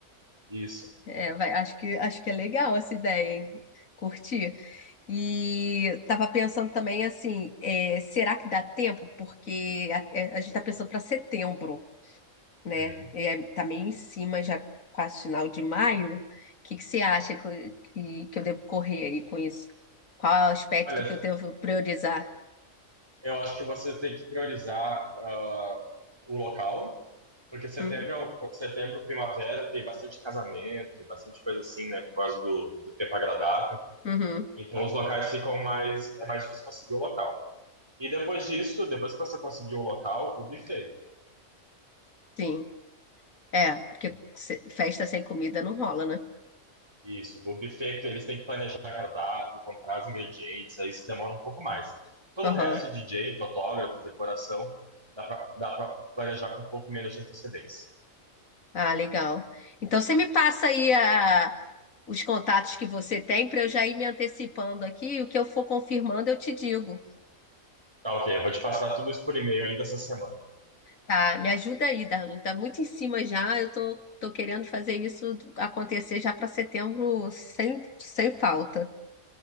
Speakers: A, on the right; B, on the left.
A: Isso.
B: É, vai- acho que, acho que é legal essa ideia, hein? Curti. E tava pensando também assim, é, será que dá tempo? Porque a, é, a gente tá pensando para setembro, né?
A: Uhum.
B: É, tá meio em cima, já quase final de maio. O que que você acha que, eu- que, que eu devo correr aí com isso? Qual é o aspecto
A: Olha,
B: que eu devo priorizar?
A: eu acho que você tem que priorizar ah, o local, porque setembro,
B: Hum,
A: é um- setembro, primavera, tem bastante casamento, bastante coisa assim, né? Por causa do, do tempo agradável.
B: uhum,
A: Então, os locais ficam mais. É mais difícil conseguir o local. E depois disso, depois que você conseguiu o local, o buffet.
B: sim. É, porque se- festa sem comida não rola, né?
A: Isso, o buffet que eles têm que planejar cardápio, comprar os ingredientes, aí isso demora um pouco mais. Todo
B: Aham.
A: o resto, DJ, fotógrafo, decoração, dá pra, dá pra planejar com um pouco menos de antecedência.
B: Ah, legal. Então você me passa aí a- os contatos que você tem para eu já ir me antecipando aqui. O que eu for confirmando, eu te digo.
A: Tá ok, eu vou te passar tudo isso por e-mail ainda essa semana.
B: Tá? Me ajuda aí, Darlene. Tá muito em cima já. Eu tô, tô querendo fazer isso acontecer já para setembro sem, sem falta.